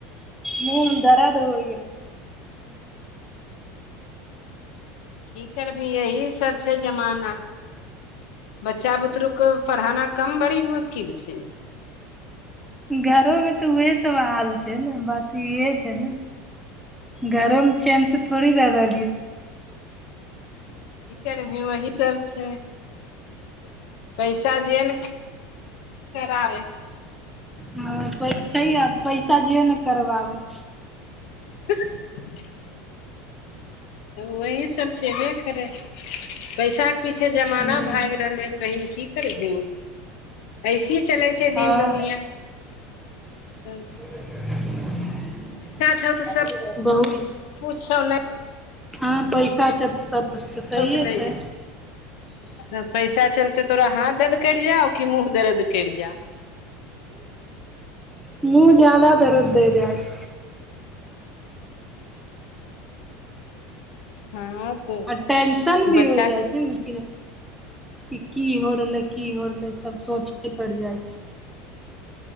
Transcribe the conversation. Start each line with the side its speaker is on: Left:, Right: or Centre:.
Centre: मुंह में दरद हो गेल।
Left: की करबही यही सब छैय जमाना बच्चा बुतरु के पढ़ाना कम बड़ी मुश्किल छैय।
Centre: घरो मे तऽ उहे सब हाल छैय ने बात इह छैय ने। घरोमें चेन से थोड़ी कर रहलिय है।
Left: क करबी वही सब छैय। पैसा जे ने कराबे।
Centre: हँ पैस पैसा जे ने करवाबै।
Left: <inaudible> वही सब छेबे करै पैसा पीछे जमाना
Centre: ह
Left: भागि रहलै हन बहिन की करबही। ऐसे चलै छैय
Centre: हँ
Left: दिन दुनिया ह।
Centre: <unintelligible>
Left: छौ तऽ सब
Centre: बहु
Left: कुछ छौ नहि
Centre: हँ पैसा छैय तऽ सब तऽ सहिए
Left: <unintelligible> नहि
Centre: छै
Left: छैय। तऽ पैसा चलते तोरा हाथ दर्द कर जा हो कि मुँह दर्द करी जा हो।
Centre: मुँह ज्यादा दरद दे रहल छैय।
Left: हँ तऽ
Centre: आ टेंशन भी
Left: बच्चा
Centre: हो जाइ छैय ने कि कि की हो रहलै की हो रहलै सब सोचे पड़ि जाइ छैय।